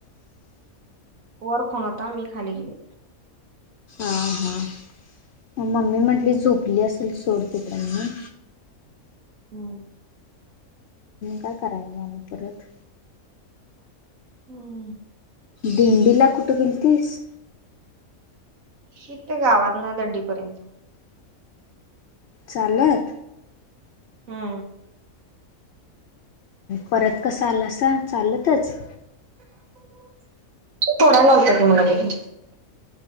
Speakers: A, on the right (about 70°); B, on the left (about 60°).
A: वर फोन होता मी खाली गेल
B: आ हा मम्मी म्हटली झोपली असेल सोड तिकड म
A: होम
B: काय कराय नाही आणि परत
A: हम्म
B: दिंडीला कुठे गेलतीस
A: कितीगावाना दडडीपर्यंत
B: चालत
A: हा
B: परत कस आलासा चालतच
A: तोंडाय लावतात मला तरी